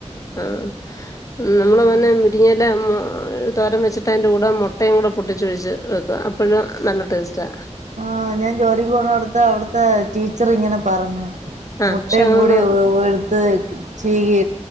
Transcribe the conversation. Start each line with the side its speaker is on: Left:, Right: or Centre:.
Left: ആഹ്
Right: പിന്നെ
Left: നമ്മള മന്നെരിങ്ങ ഇല്ല തോരം വെച്ചിട്ട് അതിന്റെ കൂടെ മുട്ടയും കൂടെ പൊട്ടിച്ചൊഴിച്ച് വെക്കും അപ്പോഴും നല്ല ടേസ്റ്റാ
Right: ആഹ് ഞാൻ ജോലിക്ക് പോണ അടുത്ത് അവിടുത്തെ ടീച്ചർ ഇങ്ങനെ പറഞ്ഞു
Left: ആ
Right: മുട്ടയും
Left: പക്ഷെ അങ്ങനൊന്നും
Right: കൂടി എടുത്ത് ചീകി